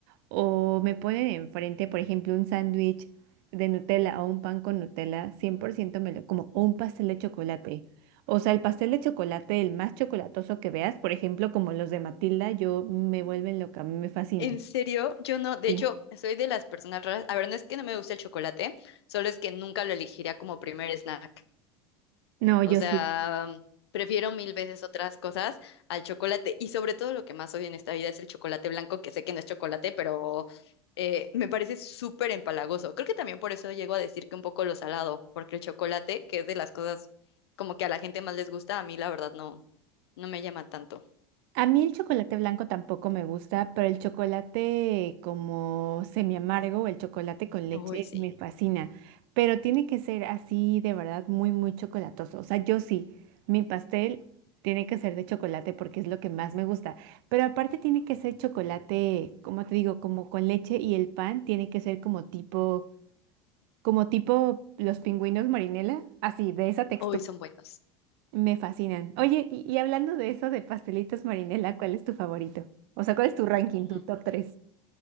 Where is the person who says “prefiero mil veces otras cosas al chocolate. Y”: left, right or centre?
Left